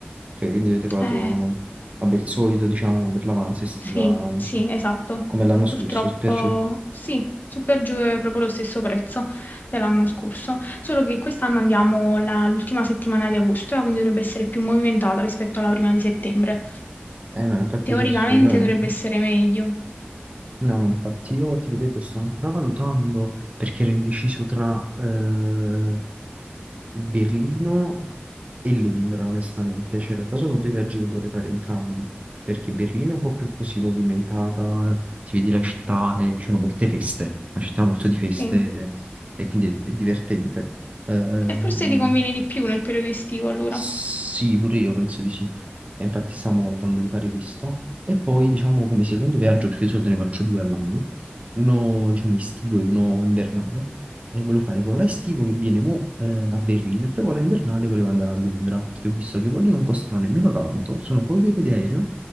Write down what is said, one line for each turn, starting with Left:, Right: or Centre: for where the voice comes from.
Right: ok, quindi avete pagato,
Left: Eh,
Right: vabbè, il solito, diciamo, per l'avanza estiva,
Left: sì,
Right: insomma,
Left: sì, esatto.
Right: come l'anno scorso,
Left: Purtroppo
Right: perciò.
Left: sì, su per giù è proprio lo stesso prezzo dell'anno scorso, solo che quest'anno andiamo la- l'ultima settimana di agosto, eh, quindi dovrebbe essere più movimentata rispetto alla prima di settembre.
Right: Eh no, infatti
Left: Teoricamente
Right: sì, assolutamente.
Left: dovrebbe essere meglio.
Right: No, no, infatti io ti ripeto, sto ancora valutando perché ero indeciso tra eh, Berlino e Londra, onestamente. Cioè, in realtà sono due viaggi che vorrei fare entrambi, perché Berlino è un po' più così movimentata, ti vedi la città e ci sono molte feste, una città molto di feste
Left: Sì.
Right: e quindi è, è divertente. Ehm,
Left: E forse ti conviene di più nel periodo estivo, allora.
Right: sì, pure io penso di sì. E infatti stiamo valutando di fare questo. E poi, diciamo, come secondo viaggio, perché di solito ne faccio due all'anno, uno, diciamo, estivo e uno invernale. E volevo fare quello estivo che viene mo, eh, a Berlino e poi quello invernale volevo andare a Londra, che ho visto che quelli non costano nemmeno tanto, sono poche ore di aereo.